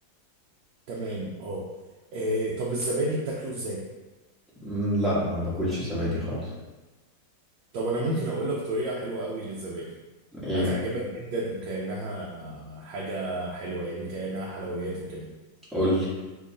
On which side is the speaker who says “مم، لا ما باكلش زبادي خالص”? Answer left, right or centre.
Centre